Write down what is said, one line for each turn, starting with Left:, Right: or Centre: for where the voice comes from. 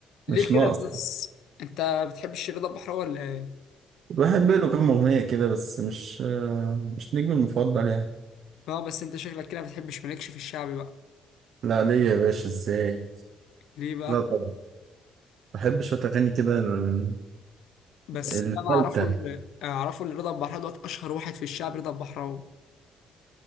Left: ليه
Right: مش
Left: كده
Right: ناقص
Left: بس انت بتحبش رضا البحراوي ولا ايه
Right: بحب له كام اغنية كده بس مش آه، مش نجمي المفضل يعني
Left: اه بس انت شكلك كده ما بتحبش مالكش في الشعبي بقى
Right: لا ليا يا باشا ازاي؟
Left: ليه بقى
Right: لا طبعا بحب شوية اغاني كده ال-
Left: بس
Right: الفلتة
Left: اللي انا اعرفه اللي اعرفه ان رضا البحراوي دوت اشهر واحد في الشعب رضا البحراوي